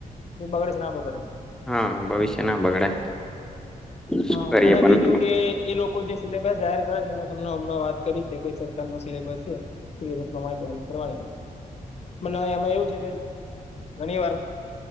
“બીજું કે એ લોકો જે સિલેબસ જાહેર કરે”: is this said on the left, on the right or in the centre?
Left